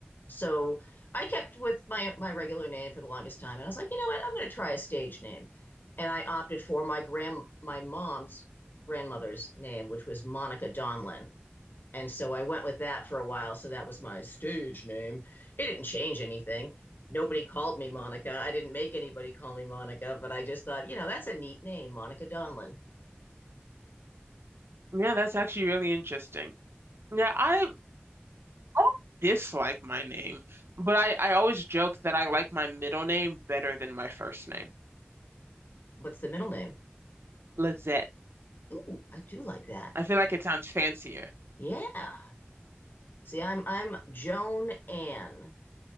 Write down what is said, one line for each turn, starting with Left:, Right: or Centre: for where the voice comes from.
Left: so I kept with my my regular name for the longest time, and I was like, you know what? I'm going to try a stage name, and I opted for my grand my mom's grandmother's name, which was Monica Donlin, and so I went with that for a while. So that was my stage name. It didn't change anything. Nobody called me Monica. I didn't make anybody call me Monica, but I just thought, you know, that's a neat name, Monica Donlin.
Right: yeah that's actually really interesting yeah I I don't dislike my name but I I always joke that I like my middle name better than my first name
Left: What's the middle name?
Right: Lizette
Left: Ooh, I do like that.
Right: I feel like it sounds fancier.
Left: Yeah. See, I'm I'm Joan Ann.